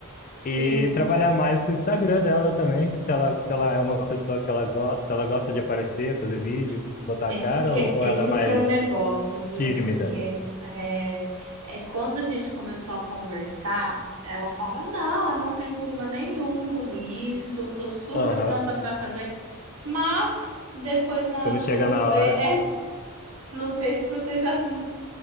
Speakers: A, on the right; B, on the left.
A: Sim.
B: E trabalhar mais com o Instagram dela também, se ela, se ela é uma pessoa que ela gosta, se ela gosta de aparecer, fazer vídeo, botar
A: Esse
B: a cara,
A: que,
B: ou, ou
A: esse
B: ela é mais
A: que é o negócio, viu?
B: tímida?
A: Porque é, é quando a gente começou a conversar, ela falava: Não, eu não tenho problema nenhum com isso, tô super
B: Aham.
A: pronta para fazer. Mas depois, na
B: Quando
A: hora do
B: chega
A: vamos
B: na
A: ver,
B: hora.
A: é, não sei se você já tem